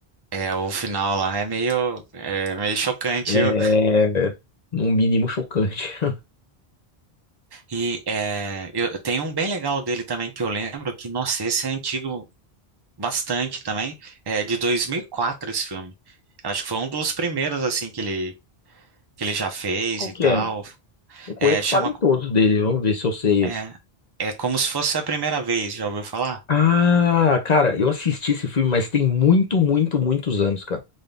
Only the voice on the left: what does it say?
É,
no mínimo chocante. <laughs>
Qual
que
é? Eu conheço
quase todos dele. Vamos ver se eu sei
esse.
Ah, cara, eu assisti esse filme, mas tem muito, muito, muitos anos, cara.